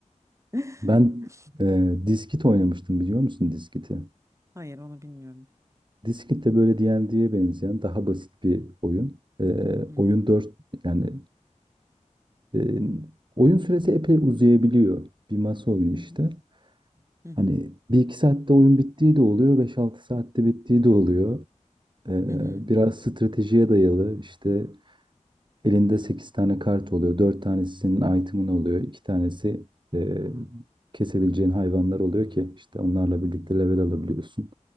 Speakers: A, on the right; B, on the right.
A: <laughs>
B: Ben e, Diskit oynamıştım biliyor musun Diskit'i?
A: Hayır onu bilmiyorum.
B: Diskit de böyle D&D'ye benzeyen daha basit bir oyun. E,
A: Hı
B: oyun
A: hı,
B: 4 yani e, oyun süresi epey uzayabiliyor. Bir masa oyunu işte.
A: hı hı, hı hı,
B: Hani bir iki saatte oyun bittiği de oluyor, beş altı saatte bittiği de oluyor. E,
A: hı hı.
B: biraz stratejiye dayalı işte Elinde 8 tane kart oluyor. dört tanesi senin item'ın oluyor. iki tanesi e, kesebileceğin hayvanlar oluyor ki işte onlarla birlikte level alabiliyorsun.